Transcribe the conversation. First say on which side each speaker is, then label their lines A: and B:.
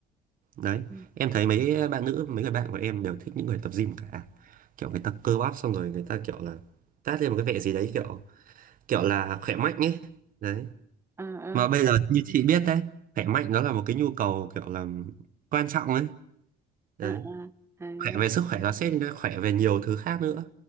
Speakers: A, on the right (about 55°); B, on the right (about 15°).
A: đấy
B: Ừ. Ừ.
A: em thấy mấy bạn nữ mấy người bạn của em đều thích những người tập gym cả kiểu người ta cơ bắp xong rồi người ta kiểu là tát lên một cái vẻ gì đấy kiểu kiểu là khỏe mạnh ấy đấy
B: Ừ.
A: mà bây giờ như chị biết đấy khỏe mạnh nó là một cái nhu cầu kiểu là quan trọng ấy đấy
B: Ừ. Ừ. Cái này.
A: khỏe về sức khỏe nó sẽ khỏe về nhiều thứ khác nữa